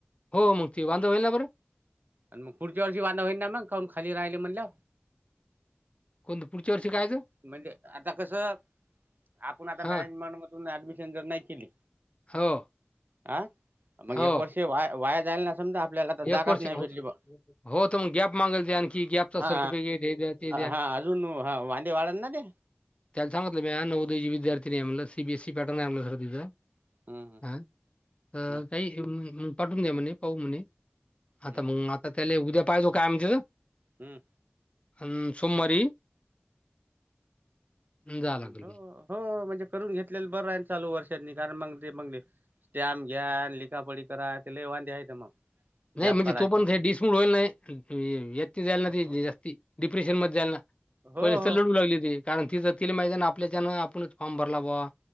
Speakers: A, on the left (about 30°); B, on the right (about 50°).
A: हो मगक्ती बांध होईल बरं
B: आणि मग पुढच्या वर्षीांधदा होई ना म काउन खाली राहिले म्हणल्या
A: कोणत पुढच्या वर्ष कायचं
B: म्हणजे आता कसं आपण आता
A: हां,
B: मॅनेजमेंट मधून ऍडमिशन जर नाही केली
A: हो
B: हा मग
A: हो.
B: एक वर्षी वा वाया जायला न आपल्या जा
A: एक वर्ष
B: नाही
A: हो.
B: भे
A: हो, तर मग गॅप मागेल ते आणखी गॅपचा
B: ह
A: सर्टिफिकेट हे द्या, ते द्या.
B: हा अजून ह वांदे वाढत ना ते
A: त्याला सांगितलं मी ह नौदय विद्यार्थी नाही आमला सीबीएसी पॅर्न आहे आमलं सर तिं
B: हम्म
A: हा अ
B: हम्म
A: काही पाठवून द्या म्हणे पाहू म्हणे आता
B: हम्म
A: मग आता त्याला उद्या पाहिजो काय आमच्या
B: हम्
A: अ सोमवारी जावं लागेल.
B: हो हो म्हणजे करून घेतलेलं बरं आहे चालू वर्षांनी कारण मग ते मग स्टॅम्प घ्या लिखापळी करा ते ल वांधे आहे ते मग
A: नाही
B: गॅप
A: म्हणजे
B: काढायचे
A: तो पण डिसमूड होईल नाही व्यती जायला
B: हो
A: ना ते
B: हो
A: जास्ती डिप्रेशन मध्ये जायला ना
B: हो
A: पहिलेच तर
B: हो
A: लढू लागली त कारण ति ज ति माहि आपल्याच्यान आपणच फॉर्म भरला बावा